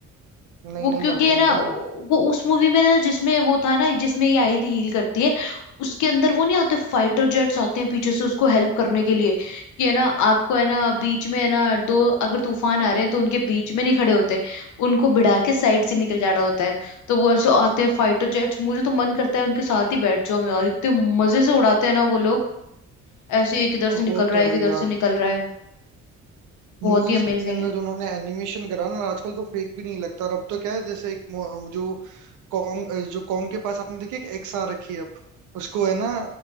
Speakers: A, on the right; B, on the left.
A: नहीं
B: वो
A: नहीं
B: क्योंकि
A: मरती
B: है ना
A: नहीं है
B: वो
A: वो
B: उस मूवी में ना जिसमें वो था ना जिसमें ये आई थी हील करती है उसके अंदर वो नहीं आते फाइटर जेट्स आते हैं पीछे से उसको हेल्प करने के लिए कि है ना आपको है ना बीच में है ना दो अगर तूफान आ रहे हैं तो उनके बीच में नहीं खड़े होते उनको भिड़ा के साइड से निकल जाना होता है तो वो ऐसे आते हैं फाइटर जेट्स मुझे तो मन करता है उनके साथ ही बैठ जाऊं यार इतने मजे से उड़ाते हैं ना वो लोग ऐसे ही एक इधर से निकल
A: वो
B: रहा
A: तो
B: है
A: है
B: एक
A: यार
B: इधर से निकल रहा है बहुत
A: मूवीज
B: ही अमेजिंग
A: के अंदर
B: है
A: जो उन्होंने एनिमेशन करा ना आजकल तो फेक भी नहीं लगता और अब तो क्या है जैसे एक मो- जो कॉन्ग जो कॉन्ग के पास आपने देखी एक एक्स आ रखी है अब उसको है ना